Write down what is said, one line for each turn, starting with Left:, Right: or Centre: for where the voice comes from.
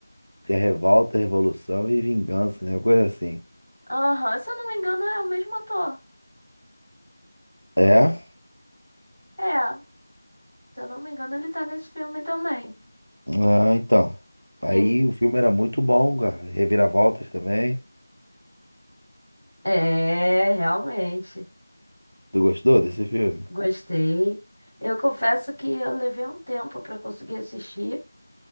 Left: que é revolta, revolução e vingança, né? Uma coisa assim.
Centre: Aham. Se eu não me engano, é o mesmo ator.
Left: É?
Centre: É, se eu não me engano, ele tá nesse filme também.
Left: Ah, então. Aí
Centre: Ele
Left: o filme era muito bom, cara. Reviravoltas também.
Centre: É, realmente.
Left: Tu gostou desse filme?
Centre: Gostei. Eu confesso que eu levei um tempo para conseguir assistir,